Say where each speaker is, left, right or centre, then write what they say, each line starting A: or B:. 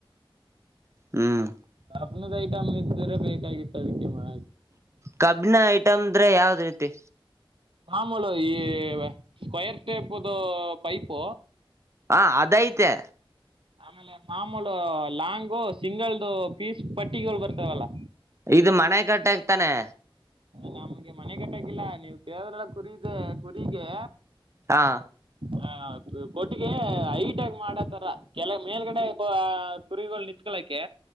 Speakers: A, on the right; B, on the right.
A: ಹ್ಮ್
B: ಕಬ್ಣದ ಐಟಂ ಇದಿದ್ರೆ ಬೇಕಾಗಿತ್ತು ಅದಕ್ಕೆ ಬಾ
A: ಕಬ್ಣ ಐಟಂ ಅಂದ್ರೆ ಯಾವ್ದ್ ರೀತಿ.
B: ಮಾಮೂಲು ಈ ಸ್ಕ್ವಯರ್ ಟೇಪ್ದು ಪೈಪು.
A: ಹಾ ಅದ್ ಐತೆ.
B: ಆಮೇಲೆ ಮಾಮೂಲು ಲಾಂಗು ಸಿಂಗಲ್ದು ಪೀಸ್ ಪಟ್ಟಿಗಳು ಬರ್ತವಲ್ಲ.
A: ಇದು ಮನೆ ಕಟ್ಟಕ್ತನೆ.
B: ನಮ್ಗೆ ಮನೆ ಕಟ್ಟಕಿಲ್ಲ ನೀವ್ ಕೇಳದ್ರೆಲ್ಲ ಕುರಿದೆ ಕುರಿಗೆ.
A: ಹಾ
B: ಹ ಕೊಟ್ಟಿಗೆ ಹೈಟ್ ಆಗ್ ಮಾಡತರ ಕೆಲ ಮೇಲ್ಗಡೆ ಅ ಕುರಿಗಳು ನಿತ್ಕಳಕೆ